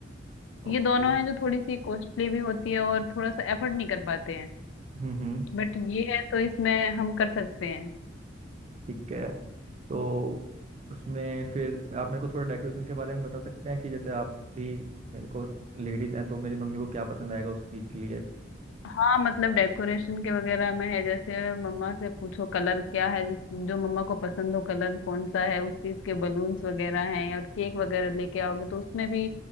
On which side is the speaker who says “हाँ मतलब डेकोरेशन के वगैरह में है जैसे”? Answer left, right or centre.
Left